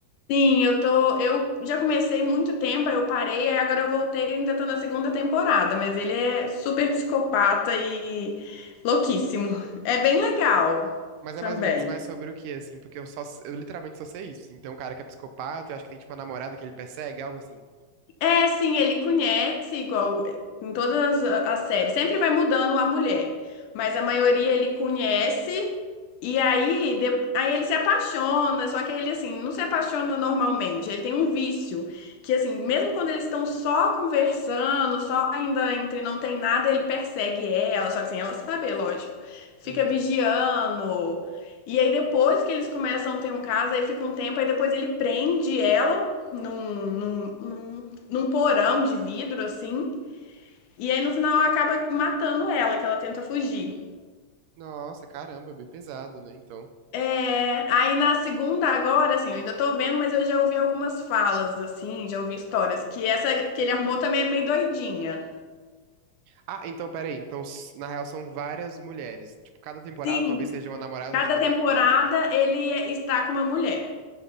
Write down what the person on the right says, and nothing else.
Mas
é mais ou menos mais sobre o que, assim? Porque eu só, eu literalmente só sei isso. Então, um cara que é psicopata, eu acho que tem, tipo, uma namorada que ele persegue, algo assim.
Aham.
Nossa, caramba, bem pesado, né? Então.
Ah, então, peraí. Então, s- na real, são várias mulheres. Tipo, cada temporada
talvez seja uma namorada
diferente,
entre aspas.